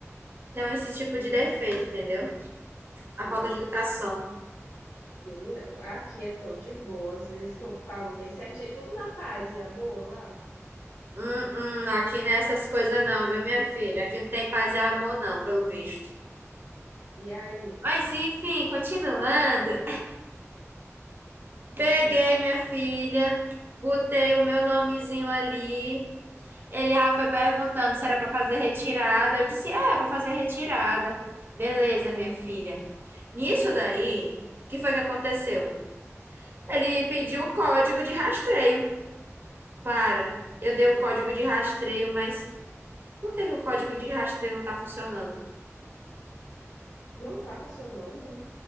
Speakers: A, on the right; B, on the left.
A: tem um esse tipo de defeito, entendeu? A
B: hum,
A: falta de educação.
B: menina, aqui é tão de boas. Eles co- falam bem certinho, é tudo na paz e amor lá.
A: Hum, hum, aqui não é essas coisas não, viu, minha filha? Aqui não tem paz e amor não, pelo visto.
B: E aí?
A: Mas enfim, continuando. Peguei
B: Hum,
A: minha filha, botei o meu nomezinho ali. Ele já foi perguntando se era para fazer retirada. Eu disse, é, é para fazer retirada. Beleza, minha filha. Nisso daí, o que foi que aconteceu? Ele pediu o código de rastreio. Para, eu dei
B: hum,
A: o código de rastreio, mas por que que o código de rastreio não tá funcionando?
B: não tá funcionando?